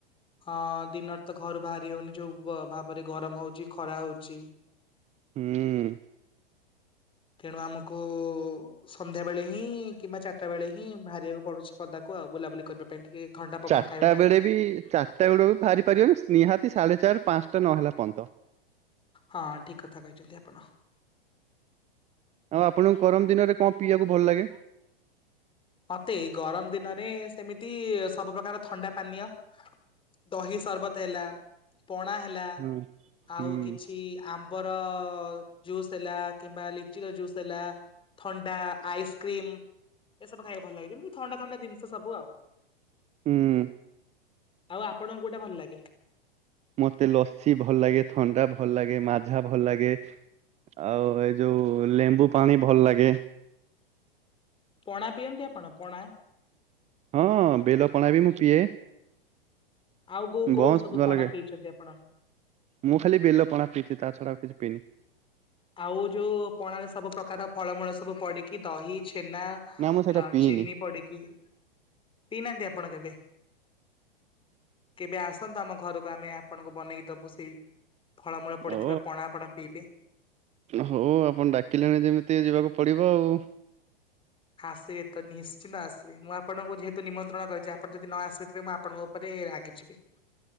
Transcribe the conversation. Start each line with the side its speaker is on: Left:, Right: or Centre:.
Left: ହଁ ଦିନରେ ତ ଘରୁ ବାହାରି ହଉନି ଯୋଉ ଭାବରେ ଗରମ ହଉଛି ଖରା ହଉଛି।
Right: ହୁଁ।
Left: ତେଣୁ ଆମକୁ ସନ୍ଧ୍ୟା ବେଳେ ହିଁ କିମ୍ବା ଚାରିଟା ବେଳେ ହିଁ ବାହାରିବାକୁ ପଡୁଛି ପଦାକୁ ଆଉ ବୁଲାବୁଲି କରିବା ପାଇଁ ଟିକେ ଥଣ୍ଡା ପବନ
Right: ଚାରିଟା
Left: ଖାଇବା ପାଇଁ।
Right: ବେଳେ ବି ଚାରିଟା ବେଳ ବି ବାହାରି ପାରିବନ ସ୍ ନିହାତି ତି ସାଢେ ଚାରି ପାଞ୍ଚଟା ନହେଲା ପର୍ଯ୍ୟନ୍ତ।
Left: ହଁ ଠିକ କଥା କହିଛନ୍ତି ଆପଣ।
Right: ଆଉ ଆପଣଙ୍କୁ ଗରମ ଦିନରେ କଣ ପିଇବାକୁ ଭଲ ଲାଗେ।
Left: ମତେ ଗରମ ଦିନରେ ସେମିତି ସବୁ ପ୍ରକାର ଥଣ୍ଡା ପାନୀୟ। ଦହି ଶରବତ ହେଲା। ପଣା ହେଲା
Right: ହୁଁ ହୁଁ।
Left: ଆଉ କିଛି ଆମ୍ବର ଜୁସ୍ ହେଲା। କିମ୍ବା ଲିଚି ର ଜୁସ୍ ହେଲା ଥଣ୍ଡା ଆଇସ୍କ୍ରିମ। ଏସବୁ ଖାଇବାକୁ ଭଲ ଲାଗେଛି ଯେମିତି ଥଣ୍ଡା ଥଣ୍ଡା ଜିନିଷ ସବୁ ଆଉ।
Right: ହୁଁ।
Left: ଆଉ ଆପଣଙ୍କୁ କୋଉଟା ଭଲ ଲାଗେ?
Right: ମତେ ଲସି ଭଲ ଲାଗେ ଥଣ୍ଡା ଭଲ ଲାଗେ ମାଝା ଭଲ ଲାଗେ ଆଉ ଏଇ ଯୋଉ ଲେମ୍ବୁ ପାଣି ଭଲ ଲାଗେ।
Left: ପଣା ପିଅନ୍ତି ଆପଣ ପଣା
Right: ହଁ ବେଲ ପଣା ବି ମୁଁ ପିଏ
Left: ଆଉ କୋଉ କୋଉ
Right: ବସ
Left: ସବୁ
Right: ଭଲ
Left: ପଣା
Right: ଲାଗେ
Left: ପିଇଛନ୍ତି ଆପଣ
Right: ମୁଁ ଖାଲି ବେଲ ପଣା ପିଇଛି ତା ଛଡା ଆଉ କିଛି ପନି
Left: ଆଉ ଯୋଉ ପଣ ରେ ସବୁ ପ୍ରକାର ଫଳମୂଳ ସବୁ ପଡିକି ଦହି ଛେନା ଚିିନି
Right: ନା ମୁଁ ସେଇଟା ପିଇନି।
Left: ପିଡିକି ପଡ଼ିନାହାନ୍ତି ଆ ଆପଣ କେବେ କେବେ ଆସନ୍ତୁ ଆମ ଘରକୁ ଆମେ ଆପଣଙ୍କୁ ବନେଇକି ଦବୁ ସେଇ ଫଳମୂଳ ପଡିଥିବା
Right: ଓ
Left: ପଣା ଆପଣ ପିଇବେ
Right: ହଉ ଆପଣ ଡାକିଲେଣି ଯେମିତି ଯିବାକୁ ପଡିବ ଆଉ
Left: ଆସିବେ ତ ନିଶ୍ଚିନ୍ତ ଆସିବେ ମୁଁ ଆପଣଙ୍କୁ ଯେହେତୁ ନିମନ୍ତ୍ରଣ କରିଛି ଆପଣ ଯଦି ନ ଆସିବେ ତେବେ ମୁଁ ଆପଣଙ୍କ ଉପରେ ରାଗିଯିବି।